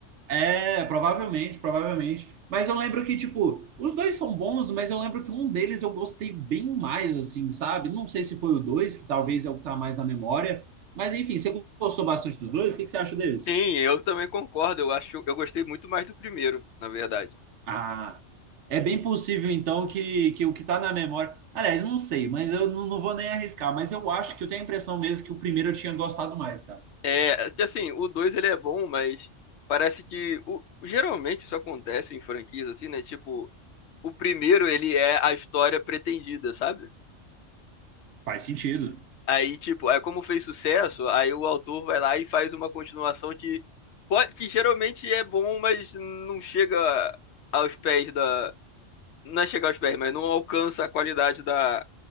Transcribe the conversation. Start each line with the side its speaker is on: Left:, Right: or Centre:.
Right: É, provavelmente, provavelmente. Mas eu lembro que, tipo, os dois são bons, mas eu lembro que um deles eu gostei bem mais, assim, sabe? Não sei se foi o dois, que talvez é o que tá mais na memória. Mas enfim, você gostou bastante dos dois? O que que você acha deles?
Left: Sim, eu também concordo. Eu acho, eu gostei muito mais do primeiro, na verdade.
Right: Ah, é bem possível então que, que o que está na memória. Aliás, eu não sei, mas eu não, não vou nem arriscar. Mas eu acho que eu tenho a impressão mesmo que o primeiro eu tinha gostado mais, cara.
Left: É, que assim, o 2 ele é bom, mas parece que o, geralmente isso acontece em franquias assim, né? Tipo, o primeiro ele é a história pretendida, sabe?
Right: Faz sentido.
Left: Aí, tipo, é como fez sucesso, aí o autor vai lá e faz uma continuação que pode, que geralmente é bom, mas não chega aos pés da, não é chegar aos pés, mas não alcança a qualidade da